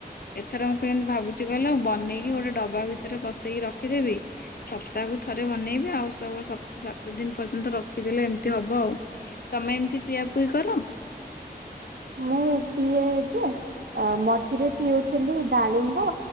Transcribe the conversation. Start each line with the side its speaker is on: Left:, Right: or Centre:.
Left: ଏଥର ମୁଁ କେମିତି ଭାବୁଚି କଇଲ ବନେଇକି ଗୋଟେ ଡବା ଭିତରେ ପସେଇକି ରଖିଦେବି। ସପ୍ତାହକୁ ଥରେ ବନେଇବି ଆଉ ସବୁ ସା ସାତ ଦିନ ପର୍ଯ୍ୟନ୍ତ ରଖିଦେଲେ ଏମିତି ହବ ଆଉ। ତମେ ଏମିତି ପିଆ ପୁଇ କର?
Right: ମୁଁ ପିଏଯେ ଅ ମଝିରେ ପିଉଥିଲି ଡାଳିମ୍ବ